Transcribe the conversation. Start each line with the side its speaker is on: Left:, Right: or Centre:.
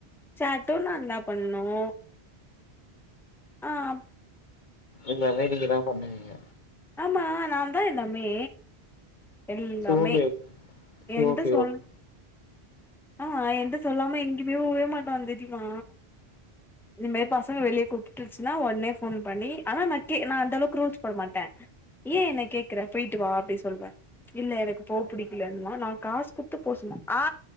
Centre: சாட்டூ நான்ந்தா பண்ணும் ஆம்
Left: எல்லாமே இதுக்குதான் பண்ணுவீங்க
Centre: ஆமா நா தா எல்லாமே எல்லாமே
Left: சோ ஓகே சோ
Centre: எந்த
Left: ஓகே
Centre: சொல்
Left: ஓகே
Centre: னா எந்த சொல்லாம எங்கேயுமே உவே மாட்டான் தெரியுமா இந்தமாரி பசங்க வெளியே கூப்பிட்டுச்சன்னா உடனே ஃபோன் பண்ணி ஆனா நா கே நா அந்த அளவுக்கு ரூல்ஸ் போட மாட்டேன் ஏ என்ன கேக்குற பெயிட்டு வா அப்டி சொல்வே இல்ல எனக்கு போ பிடிக்கலன்னுா நா காசு குடுத்து போ சொன்னே ஆ